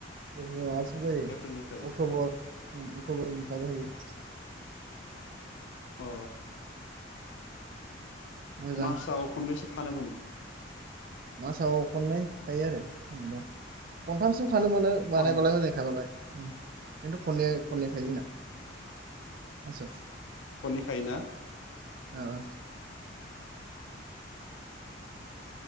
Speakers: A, on the right (about 50°); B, on the left (about 70°).
A: ओ जायो
B: एप्रिलनिफ्राय
A: अक्ट'बर ओम अक्टबरनि <unintelligible>
B: अ
A: मोजां
B: मासाव खनबसे थानो मोनो।
A: मासाव खननै थायो आरो आं दा खनथामसिम खानो मोनो
B: खननै
A: बानायबालाय मोजाङै खाबालाय ओं खिन्थु खननै खननै खायो जोंना। आसा
B: खननै खायोना?
A: ओ <inaudible>